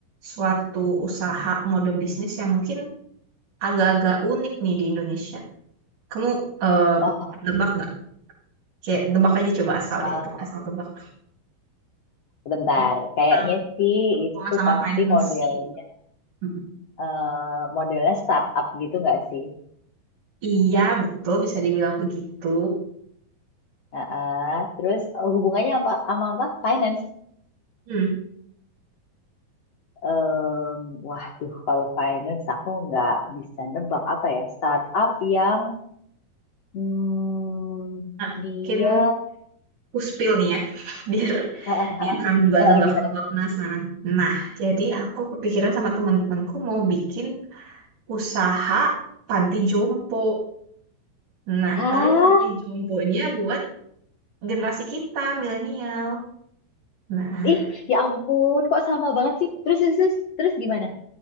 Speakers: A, on the right (about 60°); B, on the left (about 65°).
A: suatu usaha mode bisnis yang mungkin agak-agak unik nih di Indonesia. Kamu eh
B: Oh,
A: nebak nggak? Kayak nebak aja coba asal
B: eh,
A: deh, tebak asal tebak.
B: bentar.
A: Ini tentang
B: Kayaknya sih
A: hubungan
B: itu
A: sama
B: pasti
A: financing.
B: modelnya,
A: Mm-mm.
B: eh, modelnya startup gitu nggak sih?
A: Iya, betul bisa dibilang begitu.
B: Heeh. Terus eh, hubungannya apa sama apa? Finance.
A: Hmm.
B: Em, waduh, kalau finance aku nggak bisa nebak apa ya. Startup yang hmm,
A: Nah,
B: dia
A: mungkin aku spill nih ya, <laughs> biar
B: eh,
A: Biar kamu juga nebak-nebak
B: eh, gimana?
A: penasaran. Nah, jadi aku kepikiran sama teman-temanku mau bikin usaha panti jompo. Nah,
B: Hah?
A: tapi panti jomponya buat generasi kita, milenial. Nah,
B: Ih, ya ampun, kok sama banget sih? Terus, terus, terus, terus gimana?